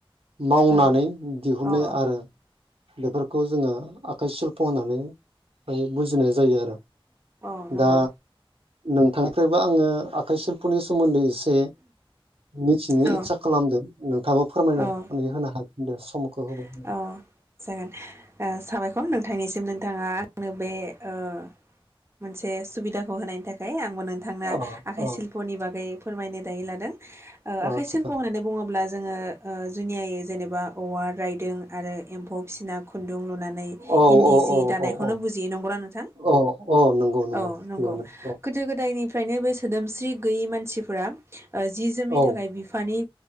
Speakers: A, on the right; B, on the right.
A: मावनानै
B: औ
A: दिहुनो
B: औ
A: आरो । बेफोरखौ जोङो आखाइ सिल्प' होननानै बुजिनाय जायो आरो
B: औ नंगौ
A: दा नोंथांनिफ्रायबो आङो आखाइ सिल्प'नि सोमोन्दै एसे मिथिनो
B: औ
A: इस्सा खालामदों नोंथाबो फोरमायनानै
B: औ
A: होनो हागोन दे समखौ होबाय।
B: औ जागोन ओ साबायखर नोंथांनिसिम नोंथाङा आंनो बेओ । मोनसे सुबिदाखौ होनायनि थाखाय आं। नोंथांनो
A: अ
B: आखाइ
A: अ
B: शिल्प'नि बागै फोरमायनो दायो लादों ओ आखाइ
A: आदसा
B: शिल्प' होननानै बुङोब्ला। जोङो ओ जुनियायै जेनेबा औवा रायदों आरो एम्फौ फिसिना ख। गुदुं लुनानै
A: औ
B: इन्दि
A: औ
B: जि
A: औ
B: दानायखौनो
A: औ औ
B: बुजियै नंगौ नोंथां।
A: औ औ नंगौ
B: औ नंगौ
A: थिगानो औ
B: गोदो गोदायनि। फ्रायनो बे सोदोमस्रि गैयै मानसिफोरा ओ जि जोमनि
A: औ
B: थाखाय बिफानि।